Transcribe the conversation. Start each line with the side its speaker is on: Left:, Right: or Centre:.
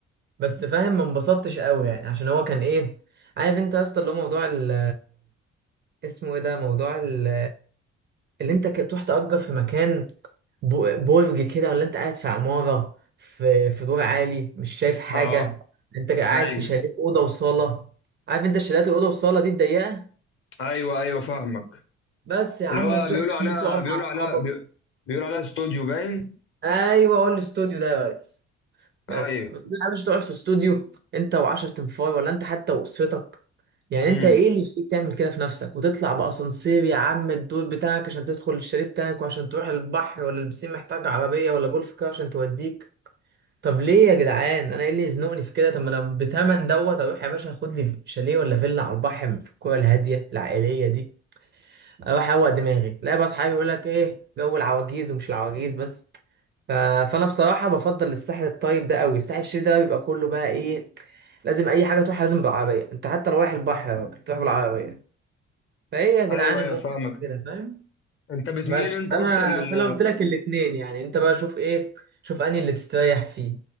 Right: بس فاهم ما انبسطتش قوي يعني عشان هو كان ايه عارف انت يا اسطى اللي هو موضوع ال اسمه ايه ده موضوع ال اللي انت ك- تروح تأجر في مكان بو- برج كده ولا انت قاعد في عمارة في في دور عالي مش شايف حاجة
Left: اه
Right: انت قاعد
Left: ايوه
Right: في شاليه أوضة وصالة عارف انت شاليهات الأوضة والصالة دي الضيقة
Left: ايوه ايوه فاهمك
Right: بس يا عم
Left: اللي هو
Right: وتروح
Left: بيقولوا
Right: يا
Left: عليها
Right: عم تقعد
Left: بيقولوا
Right: مع أصحابك
Left: عليها بي- بيقولوا عليها استوديو باين
Right: أيوه هو الاستوديو ده يا ريس بس
Left: ايوه
Right: لا مش تقعد في استوديو انت وعشر تنفاي ولا انت حتى واسرتك يعني
Left: امم
Right: انت ايه اللي يخليك تعمل كده في نفسك وتطلع باسانسير يا عم الدور بتاعك عشان تدخل الشاليه بتاعك وعشان تروح البحر ولا البسين محتاج عربيه ولا جولف كار عشان توديك طب ليه يا جدعان انا ايه اللي يزنقني في كده طب ما انا بتمن دوت اروح يا باشا خد لي شاليه ولا فيلا على البحر في الكوره الهاديه العائليه دي اروح اروق دماغي لا بقى اصحابي يقول لك ايه جو العواجيز ومش العواجيز بس ف- فانا بصراحه بفضل الساحل الطيب ده قوي الساحل الشرير ده بيبقى كله بقى ايه لازم اي حاجه تروح لازم بالعربيه انت حتى رايح البحر يا راجل تروح بالعربيه فايه يا جدعان
Left: ايوه
Right: الممتع
Left: ايوه فاهمك
Right: في كده فاهم
Left: انت بتميل
Right: بس
Left: انت
Right: انا
Left: اكتر لل
Right: فانا قلت لك الاثنين يعني انت بقى شوف ايه شوف انهي اللي تستريح فيه